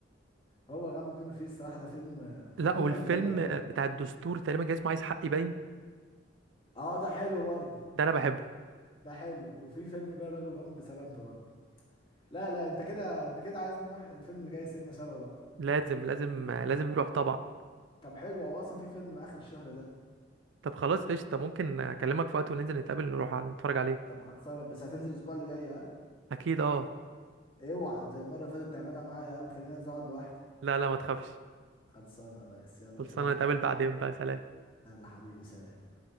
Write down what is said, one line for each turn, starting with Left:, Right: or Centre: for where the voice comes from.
Left: هو غبي منه فيه الصراحه ده فيلم
Right: لا
Left: عمره
Right: والفيلم
Left: ما يتكرر تاني
Right: بتاع الدستور تقريبا كان اسمه عايز حقي باين
Left: اه ده حلو برضه
Right: ده انا بحبه
Left: ده حلو وفي فيلم بقى الرجل غامض بسلامته برضه لا لا انت كده انت كده عايزنا نروح الفيلم اللي جاي سينما سوا بقى
Right: لازم لازم لازم نروح طبعا
Left: طب حلو هو اصلا في فيلم اخر الشهر ده
Right: طب خلاص قشطة ممكن اكلمك في وقت وننزل نتقابل نروح نتفرج عليه
Left: طب خلصانه بس هتنزل الاسبوع اللي جاي ها
Right: اكيد اه
Left: اوعى زي المره اللي فاتت تعملها معايا وتخليني انزل اقعد لوحدي
Right: لا لا ما تخافش
Left: خلصانه يا ريس يلا
Right: خلصانة
Left: اشوفك على
Right: نتقابل
Left: خير
Right: بعدين بقى سلام
Left: يلا حبيبي سلام